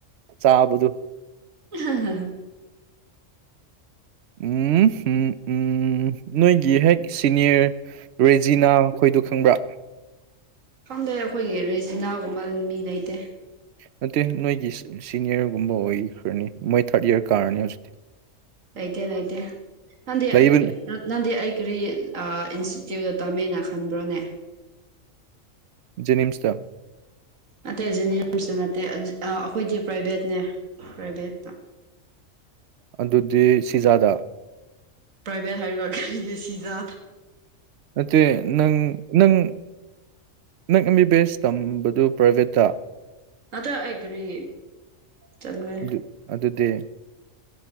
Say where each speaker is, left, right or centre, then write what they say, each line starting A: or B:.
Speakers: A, on the right; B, on the right.
A: ꯆꯥꯕꯗꯨ
B: ꯍꯥ
A: ꯎꯝ ꯎꯝ ꯎꯝ ꯅꯣꯏꯒꯤ ꯍꯦꯛ ꯁꯤꯅꯤꯌꯔ ꯔꯦꯖꯤꯅꯥ ꯃꯈꯣꯏꯗꯨ ꯈꯪꯕ꯭ꯔꯥ
B: ꯐꯝꯗꯤꯩ ꯑꯩꯈꯣꯏꯒꯤ ꯔꯦꯖꯤꯅꯥꯒꯨꯝꯕ ꯃꯤ ꯂꯩꯇꯦ
A: ꯅꯠꯇꯦ ꯅꯣꯏꯒꯤ ꯁꯤꯅꯤꯌꯔꯒꯨꯝꯕ ꯑꯣꯏꯈ꯭ꯔꯅꯤ ꯃꯣꯏ ꯊꯥꯔꯠ ꯌꯔ ꯀꯥꯔꯅꯤ ꯍꯧꯖꯤꯛꯇꯤ
B: ꯑꯥꯏꯇ ꯑꯗꯥꯏꯇ ꯅꯗꯦ
A: ꯂꯩꯕꯅꯦ
B: ꯅꯪꯗꯤ ꯑꯩ ꯀꯔꯤ ꯏꯟꯁꯇꯤꯇ꯭ꯌꯨꯠꯇ ꯇꯝꯃꯦꯅ ꯈꯟꯕ꯭ꯔꯣꯅꯦ
A: ꯖꯦꯅꯤꯝꯁꯇ
B: ꯑꯇꯩ ꯖꯤꯅꯤꯝꯁꯨ ꯅꯠꯇꯦ ꯑꯩꯈꯣꯏꯗꯤ ꯄ꯭ꯔꯥꯏꯚꯦꯠꯅꯦ ꯄ꯭ꯔꯥꯏꯚꯦꯠꯇ
A: ꯑꯗꯨꯗꯤ ꯁꯤꯖꯥꯗ
B: ꯄ꯭ꯔꯥꯏꯚꯦꯠ ꯍꯥꯏꯔꯒ ꯌꯦ ꯁꯤꯖꯥ
A: ꯑ ꯅꯪ ꯅꯪ ꯅꯪ ꯑꯦꯝ ꯕꯤ ꯕꯤ ꯑꯦꯁ ꯇꯝꯕꯗꯨ ꯄ꯭ꯔꯥꯏꯚꯦꯠꯇ
B: ꯑꯗ ꯑꯩꯈꯔꯤ ꯆꯂꯣ ꯍꯥꯏ
A: ꯑꯗꯨ ꯑꯗꯨꯗꯤ